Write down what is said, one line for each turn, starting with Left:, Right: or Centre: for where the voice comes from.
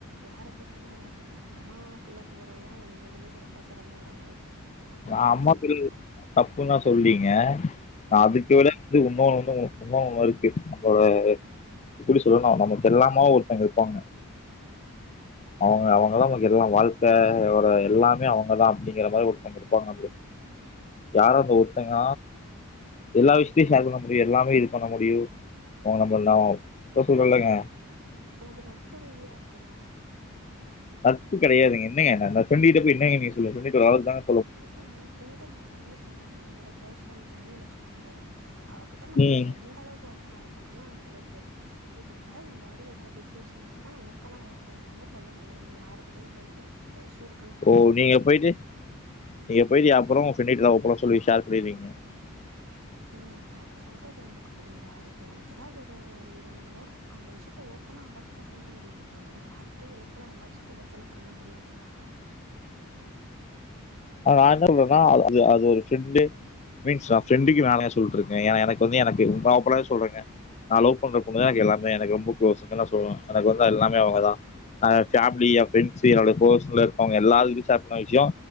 Right: யார கேட்டாலு அத்தா சொல்லுவாங்க அம்மா பிள்ளங்க உறவு தா உள்ளதுலயே ரொம்ப சிறந்த உறவு அப்டிங்கறத
Left: ஆமா
Right: சொல்லுவாங்க
Left: தோழி தப்புன்னா சொல்றீங்க
Right: ம்
Left: அதுக்கு விட இது இன்னொன்னு வந்து இன்னொன்னு இருக்கு அது கும்பகோணம்ல்ல இருக்கு நம்பளோட எப்டி சொல்லனும் நமக்கு எல்லா மாவு ஒருத்தங்க இருகாங்க அவங்க அவுங்க தா நமக்கு எல்லா வாழ்க்கையோட எல்லாமே அவங்கதா அப்டிங்கிற மாறி ஒருத்தங்க இருப்பாங்க நம்ளுக்கு யாரு அந்த ஒருத்தங்க எல்லா விஷ்யத்தியு சேர் பண்ண முடியாது எல்லாமே இது பண்ண முடியு ஓணம் எல்லா போ சொல்றேல்லங்க
Right: அது நட்பு ரீதியா இருக்குங்க
Left: நட்பு கெடையாதுங்க என்னங்க ஃப்ரண்ட்டு கிட்ட போயி என்னங்க நீங்க சொல்லு சொல்லிட்டு வரத்தாங்க
Right: இல்ல நா என் ஃப்ரெண்ட்ட நா எல்லாமே சொல்லுவங்க என்னோட குளோஸ் ஃப்ரெண்ட்டன்னு வச்சு உங்கள அவகிட்ட நா
Left: ம்.
Right: எந்த அளவுக்கு ஓப்பனா இருக்கமுடியுமோ அந்தளவுக்கு ஓப்பன் இப்ப எதாவ்து எ பாடில எதாவ்து இஷ்யூஸ்னா கூட நா ஓப்பனா அவகிட்ட எல்லாமே சொல்ல முடியு ஆனா யாருகிட்டயு போய் எனக் இந்த இஷு இருக்
Left: ஓ நீங்க போய்ட்டு நீங்க போய்ட்டிய அப்புறோ உங் ஃப்ரெண்டுகிட்டதா ஓப்பனா சொல்லி ஷேர் பண்ணுவீங்க
Right: ஏங்க நா இப்ப சொல்றது உங்களுக்கு புரியுதா இப்ப எனக்கு எதாவ்து ஒரு இதுனாலு அந்த விஷியத்த ஓப்பனா அவகிட் ட சொல்ல முடியு ஆனா நா யாருகிட்டயு ஓப்பனா எல்லா விஷயத்தயு ஓப்பனா பண்ண முடியாதுலாங்க
Left: நா என்ன சொன்றனா அது அது அது ஒரு ஃப்ரெண்டு மீன்ஸ் நா ஃப்ரெண்டுக்கு மேல சொல்ட்ருக்கே ஏனா எனக்கு வந்து எனக்கு ஓப்பனா சொல்றேங்க நா லவ் பண்ற பொண்ணுதா எனக்கு எல்லாமே எனக்கு ரொம்ப க்ளோஸுன்னு நா சொல்லுவே எனக் வந்து எல்லாமே அவங்கதா எ பேமிலி எ ஃப்ரண்ட்ஸு என்னோட க்லோசுல இருக்கவங்க எல்லாருகிட்டியு சேர் பண்ணாத விஷியோ